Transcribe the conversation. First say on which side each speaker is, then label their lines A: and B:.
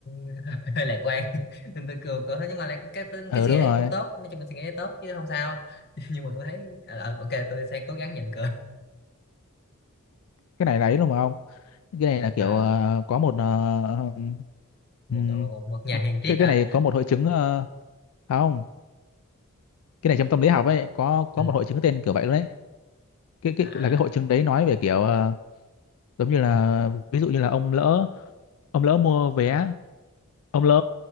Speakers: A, on the left (about 50°); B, on the left (about 75°).
A: <laughs> hơi lạc quan <laughs> nên tôi cười tôi thấy nhưng mà lại cái cái,
B: ừ
A: cái suy
B: đúng
A: nghĩ đấy
B: rồi
A: cũng tốt nói chung là suy nghĩ đấy tốt chứ không sao <laughs> nhưng mà tôi thấy ờ, ờ, ok tôi sẽ cố gắng nhịn cười
B: cái này đấy luôn mà ông cái này là kiểu
A: à,
B: ờ, có một ờ,
A: một,
B: ừm,
A: một một một nhà hàng triết
B: cái cái
A: hả
B: này có một hội chứng ờ, à không cái này trong tâm lý học ấy có có
A: ừ
B: một hội chứng tên kiểu vậy luôn đấy cái cái
A: à
B: là cái hội chứng đấy nói về kiểu ờ, giống như là
A: ừ
B: ví dụ như là ông lỡ ông lỡ mua vé ông lỡ